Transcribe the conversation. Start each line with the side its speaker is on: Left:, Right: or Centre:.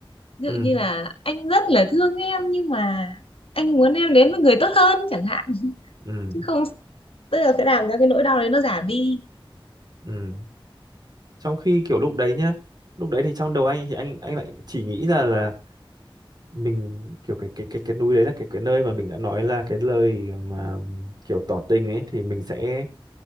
Left: Ví
Right: ừ
Left: dụ như là anh rất là thương em nhưng mà anh muốn em đến với người tốt hơn chẳng hạn
Right: ừ
Left: chứ không tức là sẽ làm cho cái nỗi đau đấy nó giảm đi
Right: ừ trong khi kiểu lúc đấy nhá lúc đấy thì trong đầu anh thì anh anh lại chỉ nghĩ ra là mình kiểu cái cái cái cái núi đấy là cái cái nơi mà mình đã nói là cái lời mà kiểu tỏ tình ấy thì mình sẽ